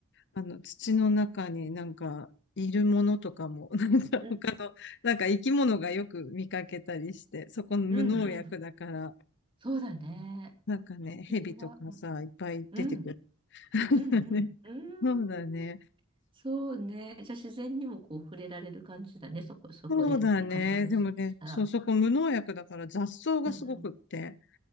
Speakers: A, on the left; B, on the right.
A: あの、土の中になんか、いるものとかも、<laughs> なんか他の、
B: うん
A: なんか生き物がよく見かけたりして、そこの無農薬だから、
B: うんうんそうだね。
A: なんかね、
B: それは、
A: 蛇とかさ、
B: うん
A: いっぱい出てくる。
B: うん
A: <laughs>
B: うんうんうん
A: ねそうだね。
B: そうね。じゃあ自然にもこう触れられる感じだね。そこ、そこでか活動したら。
A: そうだね。でもね、そう、そこ無農薬だから雑草がすごくって。
B: うん